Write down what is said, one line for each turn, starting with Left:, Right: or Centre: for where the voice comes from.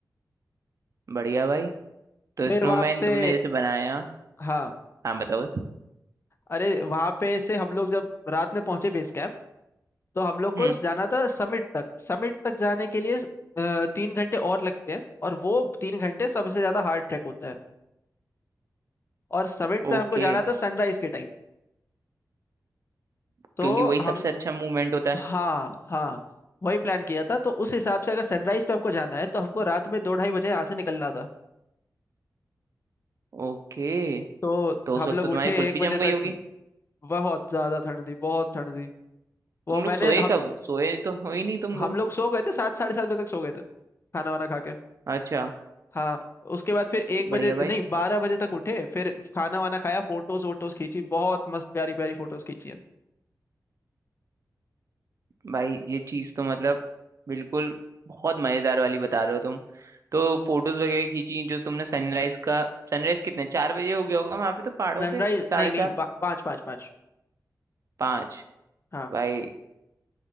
Right: बढ़िया भाई तो
Left: फिर
Right: स्नोमैन
Left: वहां से
Right: तुमने जैसे बनाया
Left: हाँ
Right: हाँ बताओ
Left: अरे वहां पे से हम लोग जब रात में पहुंचे बेस कैंप तो हम लोग को
Right: हम्म
Left: जाना था समिट तक समिट तक जाने के लिए अ, तीन घंटे और लगते हैं और वो तीन घंटे सबसे ज्यादा हार्ड ट्रैक होता है और समिट पे
Right: ओके
Left: हमको जाना था सनराइज के टाइम तो
Right: क्योंकि वही
Left: हम
Right: सबसे अच्छा मूवमेंट होता है
Left: हाँ हाँ वही प्लान किया था तो उस हिसाब से अगर सनराइज पे हमको जाना है तो हमको रात में दो ढाई बजे यहाँ से निकलना था
Right: ओके
Left: तो
Right: तो
Left: हम
Right: उस वक्त
Left: लोग
Right: तो तुम्हारी
Left: उठे
Right: कुल्फी
Left: एक बजे
Right: जम गई
Left: तक
Right: होगी
Left: बहुत ज्यादा ठंड थी बहुत ठंड थी वो
Right: तुम
Left: मैंने
Right: लोग सोए
Left: हम
Right: कब सोए तो हो ही नहीं तुम
Left: हम
Right: लोग
Left: लोग सो गए थे सात साढ़े सात बजे तक सो गए थे खाना वाना खा के
Right: अच्छा
Left: हाँ उसके बाद फिर एक
Right: बढ़िया
Left: बजे
Right: भाई
Left: नहीं बारह बजे तक उठे फिर खाना वाना खाया फोटोज वोटोज खींची बहुत मस्त प्यारी प्यारी फोटोज खींची है
Right: भाई ये चीज़ तो मतलब बिल्कुल बहुत मज़ेदार वाली बता रहे हो तुम तो फोटोज वगैरह खींची जो तुमने सनराइज का सनराइज कितने चार बजे हो गया होगा वहां पे तो पहाड़ों
Left: सनराइज
Right: पे साढ़े
Left: नहीं
Right: चार
Left: नहीं पा, पाँच पाँच पाँच
Right: पाँच
Left: हाँ
Right: भाई